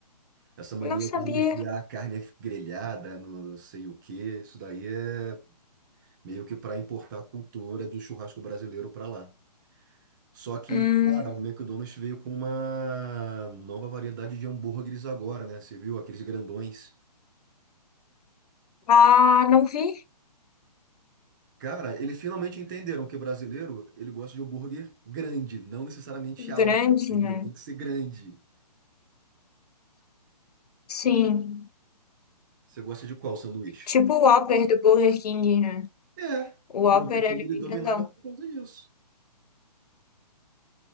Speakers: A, on the right; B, on the left.
A: Essa mania
B: Não sabia.
A: deles de a carne é grelhada, não sei o quê, isso daí é meio que para importar a cultura do churrasco brasileiro para lá. Só que,
B: Hum.
A: cara, o McDonald's veio com uma nova variedade de hambúrgueres agora, né? Você viu aqueles grandões?
B: Ah, não vi.
A: Cara, eles finalmente entenderam que brasileiro, ele gosta de hambúrguer grande, não necessariamente
B: Grande,
A: alto, entendeu?
B: né?
A: Tem que ser grande.
B: Sim,
A: Você gosta de qual sanduíche?
B: tipo o Whopper do Burger King, né?
A: É,
B: O
A: o
B: Whopper,
A: Burger
B: ele
A: King
B: é
A: ele
B: bem
A: dominava
B: grandão.
A: por causa disso.